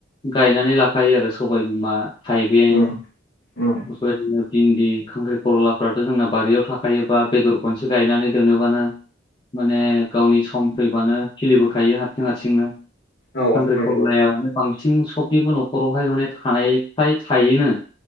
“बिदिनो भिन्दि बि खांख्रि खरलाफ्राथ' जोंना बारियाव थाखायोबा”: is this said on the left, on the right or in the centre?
Left